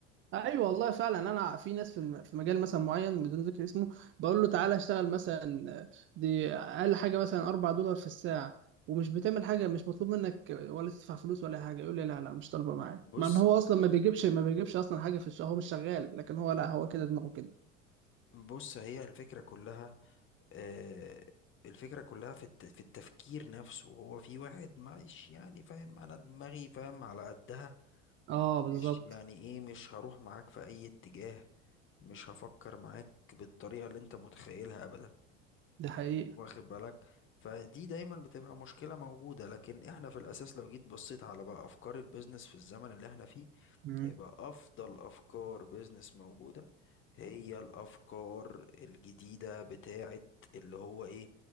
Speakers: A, on the right (about 30°); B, on the left (about 30°).
A: ايوه والله فعلا انا في ناس في الم- في مجال مثلا معين بدون ذكر اسمه بقول له تعالى اشتغل مثلا دي اقل حاجه مثلا 4 دولار في الساعه ومش بتعمل حاجه مش مطلوب منك ولا تدفع فلوس ولا حاجه يقول لي لا لا مش طالبه معايا
B: بص
A: مع ان هو اصلا ما بيجيبش ما بيجيبش اصلا حاجه في الشهر هو مش شغال لكن هو لا هو كده دماغه كده
B: بص هي الفكرة كلها آه الفكرة كلها في الت- في التفكير نفسه هو في واحد مش يعني فاهم انا دماغي فاهم على قدها
A: اه
B: مش
A: بالظبط
B: يعني ايه مش هروح معاك في اي اتجاه مش هفكر معاك بالطريقة اللي انت متخيلها ابدا
A: دي حقيقه
B: واخد بالك فدي دايما بتبقى مشكلة موجودة لكن احنا في الاساس لو جيت بصيت على بقى افكار البيزنس في الزمن اللي احنا فيه
A: مم.
B: يبقى افضل افكار بيزنس موجودة هي الافكار الجديدة بتاعت اللي هو ايه